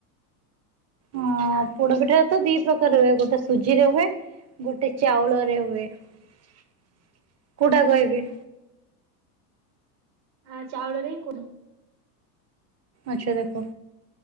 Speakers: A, on the right (about 30°); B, on the right (about 65°).
A: ହଁ ପୋଡପିଠା ତ ଦି ପ୍ରକାର ହୁଏ ଗୋଟେ ସୁଜିରେ ହୁଏ ଗୋଟେ ଚାଉଳରେ ହୁଏ କୋଉଟା କହିବି।
B: ଆ ଚାଉଳରେ ହିଁ କରୁ
A: ଆଚ୍ଛା ଦେଖ